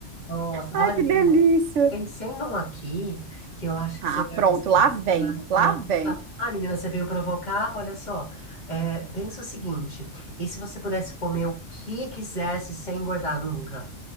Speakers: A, on the left; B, on the right.
A: Nossa,
B: Ai,
A: olha,
B: que
A: menina.
B: delícia.
A: Pensei num aqui que eu acho que
B: Ah,
A: você vai
B: pronto,
A: gostar.
B: lá vem,
A: Não,
B: lá
A: não,
B: vem.
A: essa- ah, menina, você veio provocar? Olha só. É, pensa o seguinte: e se você pudesse comer o que quisesse sem engordar nunca?